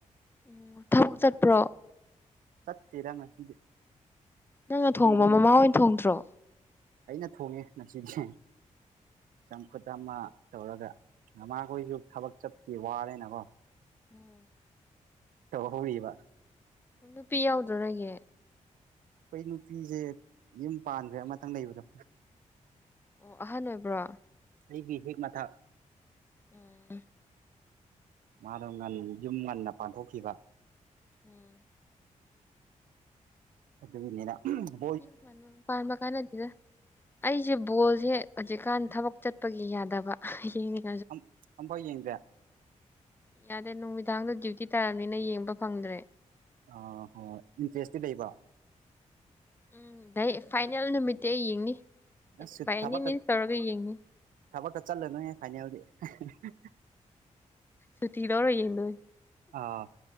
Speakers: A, on the left; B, on the right.
A: ꯎꯝ ꯊꯕꯛ ꯆꯠꯄ꯭ꯔꯣ
B: ꯆꯠꯇꯦꯗ ꯉꯁꯤꯗꯤ
A: ꯅꯪꯅ
B: ꯑꯗꯨꯝ
A: ꯊꯣꯡꯕ
B: ꯌꯨꯝ
A: ꯃꯃꯥ ꯍꯣꯏ ꯊꯣꯡꯗ꯭ꯔꯣ
B: ꯑꯩꯅ ꯊꯣꯡꯉꯦ ꯉꯁꯤꯗꯤ ꯆꯝꯐꯨꯠ ꯑꯃ ꯇꯧꯔꯒ ꯃꯃꯥꯈꯣꯏꯁꯨ ꯊꯕꯛ ꯆꯠꯄꯒꯤ ꯋꯥꯔꯦꯅꯀꯣ
A: ꯎꯝ
B: ꯇꯩꯍꯧꯔꯤꯕ
A: ꯅꯨꯄꯤ ꯌꯥꯎꯗ꯭ꯔꯣ ꯅꯣꯏꯒꯤ
B: ꯑꯈꯣꯏ ꯅꯨꯄꯤꯁꯦ ꯌꯨꯝ ꯄꯥꯟꯒ꯭ꯔꯦ ꯑꯃꯇꯪ ꯂꯩꯕꯗꯣ
A: ꯑꯣ ꯑꯍꯟ ꯑꯣꯏꯕ꯭ꯔꯣ
B: ꯑꯩꯒꯤ ꯍꯦꯛ ꯃꯊꯛ
A: ꯎꯝ
B: ꯃꯥꯗꯣ ꯉꯟ ꯌꯨꯝ ꯉꯟꯅ ꯄꯥꯟꯊꯣꯛꯈꯤꯕ
A: ꯎꯝ
B: ꯑꯗꯨꯒꯤꯅꯤꯗ <unintelligible>
A: ꯌꯨꯝ ꯉꯟꯅ ꯄꯥꯟꯕ ꯀꯥꯟꯅꯗꯦꯗ ꯑꯩꯖꯦ ꯕꯣꯜꯁꯦ ꯍꯧꯖꯤꯛꯀꯥꯟ ꯊꯕꯛ ꯆꯠꯄꯒꯤ ꯌꯥꯗꯕ ꯌꯦꯡꯅꯤꯡ
B: ꯑꯝ ꯑꯝꯐꯥꯎ ꯌꯦꯡꯗꯦ
A: ꯌꯥꯗꯦ ꯅꯨꯃꯤꯗꯥꯡꯗ ꯗ꯭ꯌꯨꯇꯤ ꯇꯥꯔꯝꯅꯤꯅ ꯌꯦꯡꯕ ꯐꯪꯗ꯭ꯔꯦ
B: ꯑꯁ <unintelligible> ꯏꯟꯇ꯭ꯔꯦꯁꯇꯤ ꯂꯩꯕ
A: ꯎꯝ ꯐꯥꯏꯅꯦꯜ ꯅꯨꯃꯤꯠꯇꯤ ꯑꯩ ꯌꯦꯡꯅꯤ
B: ꯑꯁ
A: ꯕꯥꯏ ꯑꯦꯅꯤ
B: ꯊꯕꯛꯀ
A: ꯃꯤꯟꯁ ꯇꯧꯔꯒ ꯌꯦꯡꯅꯤ
B: ꯊꯕꯛꯀ ꯆꯠꯂꯅꯨꯍꯦ ꯐꯥꯏꯅꯦꯜꯗꯤ <unintelligible>
A: ꯁꯨꯇꯤ ꯂꯧꯔ ꯌꯦꯡꯗꯣꯏꯅꯤ
B: ꯑꫭ